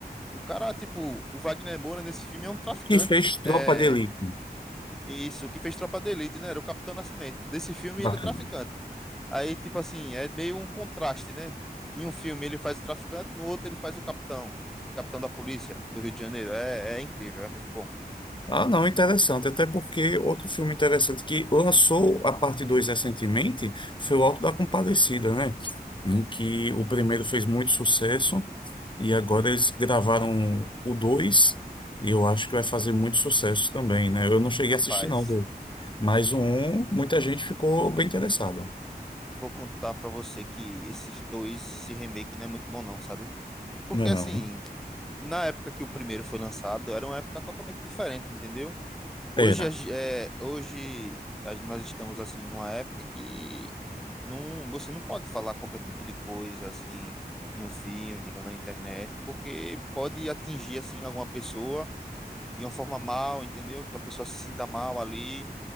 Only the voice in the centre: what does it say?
O cara, tipo, o Wagner Moura nesse filme é um traficante.
É
isso, que fez Tropa de Elite, né? Era o Capitão Nascimento. Desse filme
ele é traficante. Aí, tipo assim, é meio um contraste, né? Em um filme ele faz o traficante, no outro ele faz o capitão. Capitão da polícia do Rio de Janeiro. É, é incrível, é muito bom.
Rapaz,
vou contar pra você que esses dois, esse remake não é muito bom não, sabe? Porque
assim,
na época que o primeiro foi lançado, era uma época totalmente diferente, entendeu? Hoje,
a ge- é, hoje a- nós estamos assim numa época que não, você não pode falar qualquer tipo de coisa assim em um filme ou na internet, porque pode atingir assim alguma pessoa de uma forma mal, entendeu? Que a pessoa se sinta mal ali